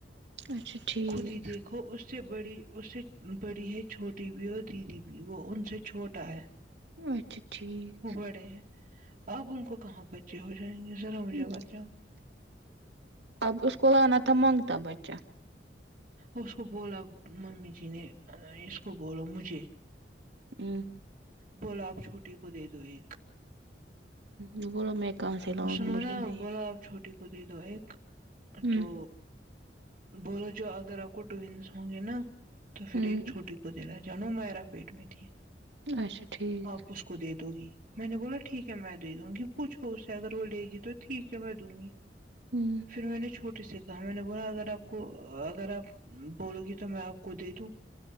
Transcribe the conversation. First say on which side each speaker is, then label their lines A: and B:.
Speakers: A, on the right; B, on the right.
A: اچھا ٹھیک
B: خود ہی دیکھو اس اس سے بڑی اس سے بڑی ہے چھوٹی بھی اور دیدی بھی وہ ان سے چھوٹا ہے
A: اچھا ٹھیک
B: وہ بڑے ہیں اب ان کو کہاں بچے ہو جائیں گے ذرا مجھے
A: ہوں
B: بتاؤ
A: اب اس کو آنا تھا مانگتا بچہ
B: اس کو بولا ممی جی نے اس کو بولو مجھے
A: ہوں
B: بولا آپ چھوٹی کو دے دو ایک
A: ہ بولو میں کہاں سے لاؤں
B: سنو
A: گی مجھے
B: نا
A: ہی نہیں
B: بولا آپ چھوٹی کو دے دو ایک
A: ہ
B: تو بولو جو اگر آپ کو ٹونز ہوں گے نا تو پھر
A: ہ
B: ایک چھوٹی کو دینا جانو میرا پیٹ میں تھی
A: اچھا ٹھیک
B: آپ اس کو دے دوگی میں نے بولا ٹھیک ہے میں دے دوں گی پوچھو اس سے اگر وہ لے گی تو ٹھیک ہے میں دوں گی
A: ہوں
B: پھر میں نے چھوٹی سے کہا میں نے بولا اگر آپ آ کو اگر آپ بولو گی تو میں آپ کو دے دوں